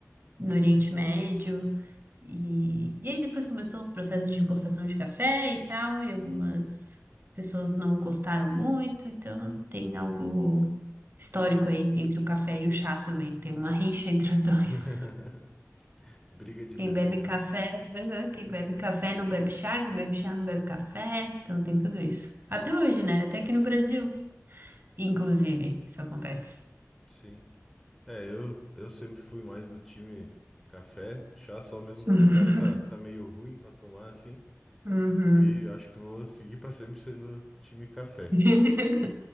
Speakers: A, on the right (about 40°); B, in the centre.
A: no Oriente Médio. E, e aí depois começou os processos de importação de café e tal, e algumas pessoas não gostaram muito, então tem algo histórico aí entre o café e o chá também, tem uma rixa entre os dois.
B: <laughs> Briga de
A: Quem
B: bebida.
A: bebe café, <laughs> quem bebe café não bebe chá, quem bebe chá não bebe café, então tem tudo isso. Até hoje, né? Até aqui no Brasil, inclusive, isso acontece.
B: Sim. É, eu, eu sempre fui mais do time café, chá só mesmo
A: <laughs>
B: quando o cara tá, tá meio ruim pra tomar assim.
A: Uhum.
B: E acho que vou seguir pra sempre sendo time café.
A: <laughs>